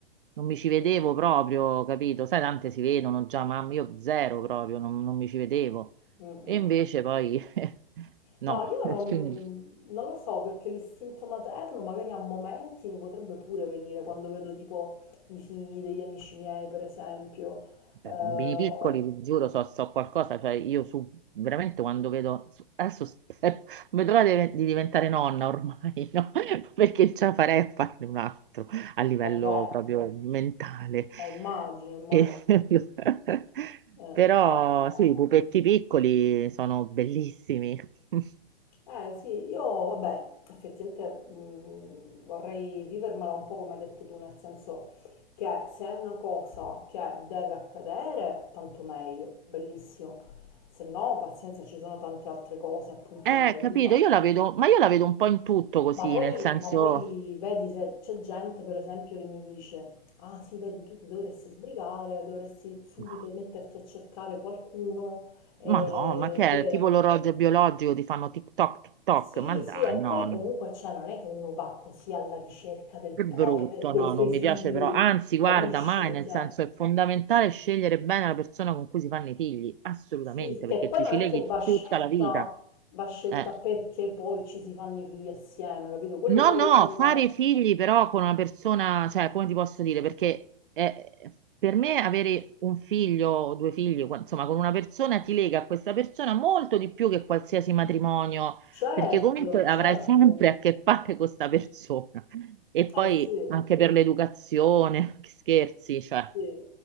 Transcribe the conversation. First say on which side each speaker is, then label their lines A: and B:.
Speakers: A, on the right (about 60°); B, on the left (about 50°).
A: non mi ci vedevo proprio, capito? Sai, tante si vedono già, ma io zero proprio, non, non mi ci vedevo.
B: Mm, mm.
A: E invece poi <laughs>
B: No,
A: no,
B: io
A: <laughs>
B: non,
A: quindi
B: non lo so perché l'istinto materno magari a momenti mi potrebbe pure venire quando vedo tipo i figli degli amici miei, per esempio.
A: Beh,
B: Eh,
A: bambini piccoli, vi giuro, so, so qualcosa, cioè io su, veramente quando vedo, su- adesso spero, non <laughs> vedo l'ora di, di diventare nonna ormai, <laughs> no? Perché ce la farei a farne un altro a livello
B: e beh,
A: proprio mentale.
B: eh, immagino, immagino.
A: E- <laughs>
B: Eh,
A: Però
B: no, no. no.
A: sì, i pupetti piccoli sono bellissimi. <laughs>
B: Eh sì, io vabbè, effettivamente mh, vorrei vivermela un po' come hai detto tu, nel senso che se è una cosa che deve accadere, tanto meglio, bellissimo. Se no, pazienza, ci sono tante altre cose appunto
A: Eh,
B: nella vita.
A: capito, io la vedo, ma io la vedo un po' in tutto così,
B: Ma poi,
A: nel senso,
B: ma poi vedi se c'è gente, per esempio, che mi dice, ah sì, vedi, tu ti dovresti sbrigare, dovresti subito
A: no,
B: metterti a cercare qualcuno eh,
A: Madonna, ma che
B: che
A: è? Tipo l'orologio biologico, ti fanno TikTok, TikTok,
B: Sì,
A: ma dai,
B: sì, e
A: no,
B: poi
A: no.
B: comunque cioè, non è che uno va così alla ricerca del
A: Che
B: padre,
A: brutto,
B: de- dei
A: no,
B: suoi
A: non
B: figli,
A: mi piace però, anzi,
B: capisci?
A: guarda, mai, nel
B: Cioè,
A: senso è fondamentale scegliere bene la persona con cui si fanno i figli, assolutamente,
B: sì, sì, che
A: perché
B: poi
A: ti
B: non
A: ci
B: è
A: leghi
B: che va scelta,
A: tutta la vita.
B: va scelta
A: Eh.
B: perché poi ci si fanno i figli assieme, capito? Quello
A: No,
B: poi
A: no,
B: è un...
A: fare figli però con una persona, cioè, come ti posso dire? Perché eh, per me avere un figlio o due figli, qua- insomma, con una persona ti lega a questa persona molto di più che qualsiasi matrimonio,
B: Certo,
A: perché comunque avrai
B: certo.
A: sempre a che fare con questa persona. E poi
B: Eh sì,
A: anche per l'educazione, <laughs> che scherzi, cioè,
B: Sì.